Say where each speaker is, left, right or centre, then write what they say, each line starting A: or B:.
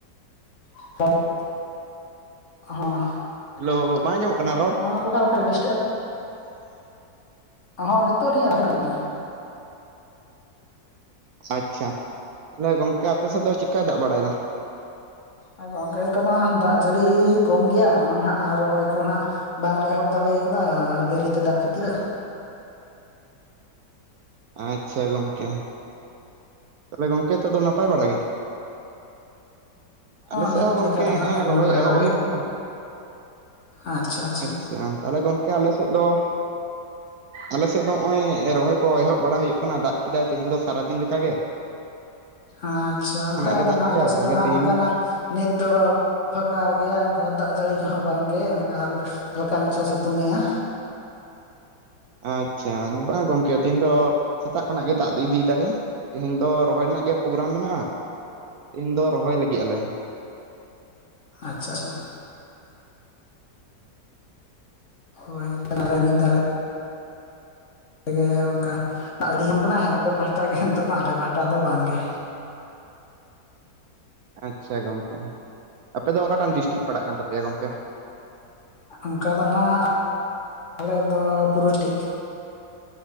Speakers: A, on the left; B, on the right.
A: <unintelligible> ᱦᱚᱸ ᱾
B: ᱦᱮᱞᱳ! ᱵᱟᱝ ᱟᱸᱡᱚᱢᱚᱜ ᱠᱟᱱᱟ ᱨᱚᱲ?
A: ᱚᱸ ᱚᱠᱟ ᱞᱮᱠᱟᱨᱮ ᱰᱤᱥᱴᱟᱵ ᱦᱚᱸ ᱱᱤᱛᱚᱜ ᱞᱤᱧ <unintelligible> ᱠᱟᱱᱟ ᱾
B: ᱟᱪᱪᱷᱟ, ᱛᱟᱦᱚᱞᱮ ᱜᱚᱢᱠᱮ ᱟᱯᱮᱥᱮᱫ ᱫᱚ ᱪᱤᱫ ᱠᱟᱭ ᱫᱟᱜ ᱵᱟᱲᱟᱭᱮᱫᱟ?
A: ᱟ ᱜᱚᱝᱠᱮ ᱚᱱᱠᱟ ᱢᱟ ᱫᱟᱜ ᱡᱟᱹᱲᱤ ᱠᱚᱢ ᱜᱮᱭᱟ ᱱᱚᱜᱼᱚᱭ ᱱᱟᱦᱟᱜ ᱟᱨ ᱨᱚᱦᱚᱭ ᱠᱚ ᱦᱟᱸᱜ ᱵᱟᱝᱞᱮ ᱮᱦᱚᱵ ᱫᱟᱲᱮ ᱟᱠᱟᱫᱟ ᱫᱮᱨᱤᱛᱮ ᱫᱟᱜ ᱠᱷᱟᱹᱛᱤᱨᱟᱜ ᱾
B: ᱟᱪᱪᱷᱟ ᱜᱚᱝᱠᱮ, ᱛᱚᱵᱮ ᱜᱚᱢᱠᱮ ᱱᱤᱛᱚᱜ ᱫᱚ ᱱᱟᱯᱟᱭ ᱵᱟᱲᱟ ᱜᱮ? ᱟᱞᱮ ᱥᱮᱫ
A: ᱱᱤᱛ
B: ᱦᱚᱸ ᱜᱚᱝᱠᱮ
A: ᱞᱮᱠᱟ ᱫᱚ
B: ᱦᱮᱜᱼᱮᱸ
A: ᱱᱟᱦᱟᱜ
B: ᱨᱚᱦᱚᱭ
A: ᱱᱟᱯᱟᱭ ᱵᱟᱲᱟ
B: ᱮᱦᱚᱵ ᱦᱩᱭᱩᱜ
A: ᱜᱮ
B: ᱠᱟᱱᱟ ᱾
A: ᱟᱪᱪᱷᱟ ᱾
B: ᱟᱪᱪᱷᱟ, ᱛᱟᱦᱚᱞᱮ ᱜᱚᱝᱠᱮ ᱟᱞᱮ ᱥᱮᱫ ᱫᱚ ᱟᱞᱮ ᱥᱮᱫ ᱫᱚ ᱦᱚᱜᱼᱚᱭ ᱨᱚᱦᱚᱭ ᱠᱚ ᱮᱦᱚᱵ ᱵᱟᱲᱟ ᱦᱩᱭᱩᱜ ᱠᱟᱱᱟ ᱫᱟᱜ ᱠᱮᱫᱟᱭ ᱛᱮᱦᱮᱱ ᱫᱚ ᱥᱟᱨᱟᱫᱤᱱ ᱞᱮᱠᱟ ᱜᱮ ᱾
A: ᱟᱪᱪᱷᱟ, ᱚᱱᱠᱟ
B: ᱜᱮ
A: ᱫᱚ
B: ᱫᱟᱜ
A: ᱱᱟᱜ
B: ᱠᱮᱫᱟᱭ
A: ᱟᱞᱮ ᱥᱮᱫ
B: ᱛᱟᱦᱚᱞᱮ
A: ᱫᱚ ᱱᱟᱜ
B: ᱛᱮᱦᱤᱧ
A: ᱚᱱᱠᱟᱱᱟᱜ ᱱᱤᱛ ᱫᱚ ᱯᱷᱟᱸᱠᱟ ᱜᱮᱭᱟ ᱚᱱᱠᱟ ᱫᱟᱜ ᱡᱟᱹᱲᱤ ᱠᱚᱦᱚᱸ ᱵᱟᱝᱜᱮ ᱚᱱᱠᱟ ᱦᱟᱞ ᱦᱟᱞᱠᱟ ᱢᱟᱪᱷᱟ ᱥᱤᱛᱩᱝ ᱮᱜᱼᱟ᱾
B: ᱟᱪᱪᱷᱟ ᱵᱟᱝ ᱜᱚᱝᱠᱮ ᱛᱮᱦᱮᱧ ᱫᱚ ᱥᱮᱛᱟᱜ ᱠᱷᱚᱱᱟᱜ ᱜᱮ ᱫᱟᱜ ᱫᱚ ᱤᱫᱤᱭᱮᱫᱟᱭ ᱾ ᱛᱮᱦᱮᱧ ᱫᱚ ᱨᱚᱦᱚᱭ ᱨᱮᱱᱟᱜ ᱜᱮ ᱯᱨᱳᱜᱨᱟᱢ ᱢᱮᱱᱟᱜᱼᱟ, ᱛᱮᱦᱮᱧ ᱫᱚ ᱨᱚᱦᱚᱭ ᱞᱟᱹᱜᱤᱫ ᱟᱞᱮ ᱾
A: <unintelligible> <unintelligible> ᱢᱤᱫ ᱫᱷᱟᱨᱮ ᱯᱮᱜᱮ ᱚᱱᱠᱟ ᱫᱟᱜ <unintelligible> ᱠᱟᱱᱟᱭ ᱟᱯᱮ ᱯᱟᱦᱟᱴᱟ ᱜᱮ ᱱᱤᱛᱚᱜ ᱫᱚ ᱟᱞᱮ ᱯᱟᱦᱴᱟ ᱫᱚ ᱵᱟᱝ ᱜᱮ᱾
B: ᱟᱪᱪᱷᱟ ᱜᱚᱝᱠᱮ ᱟᱯᱮ ᱫᱚ ᱚᱠᱟᱴᱟᱝ ᱰᱤᱥᱴᱤᱠ ᱯᱟᱲᱟᱜ ᱠᱟᱱ ᱛᱟᱯᱮᱭᱟ ᱜᱚᱝᱠᱮ?
A: ᱚᱱᱠᱟ ᱫᱚ ᱱᱟᱦᱟᱜ ᱟᱞᱮᱫ ᱫᱚ <unintelligible>